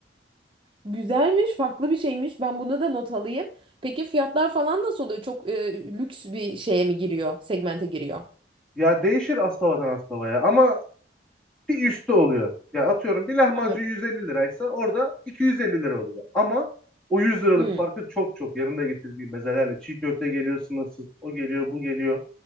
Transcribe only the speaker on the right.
Güzelmiş, farklı bir şeymiş. Ben bunu da not alayım. Peki fiyatlar falan nasıl oluyor? Çok e, lüks bir şeye mi giriyor? Segmente giriyor.
Tamam.
Hı.